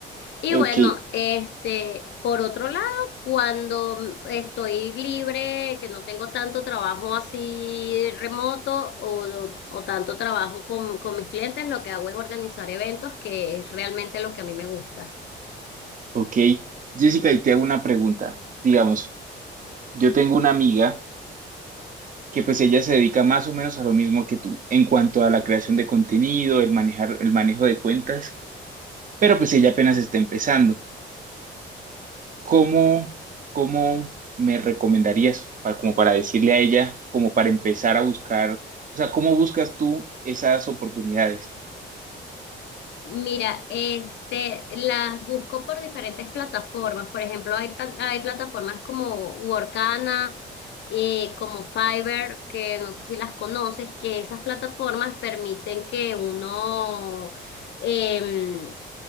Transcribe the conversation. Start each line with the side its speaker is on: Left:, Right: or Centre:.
Left: Y
Right: Ok,
Left: bueno, este, por otro lado, cuando estoy libre, que no tengo tanto trabajo así remoto o, o tanto trabajo con, con mis clientes, lo que hago es organizar eventos, que es realmente lo que a mí me gusta.
Right: ok. Jessica, y te hago una pregunta. Digamos, yo tengo una amiga. que pues ella se dedica más o menos a lo mismo que tú en cuanto a la creación de contenido, el manejar, el manejo de cuentas, pero pues ella apenas
Left: Ok.
Right: está empezando. ¿Cómo, cómo me recomendarías para, como para decirle a ella, como para empezar a buscar, o sea, cómo buscas tú esas oportunidades?
Left: Mira, este, las busco por diferentes plataformas. Por ejemplo, hay, pla- hay plataformas como Workana, eh, como Fiverr, que no sé si las conoces, que esas plataformas permiten que uno em,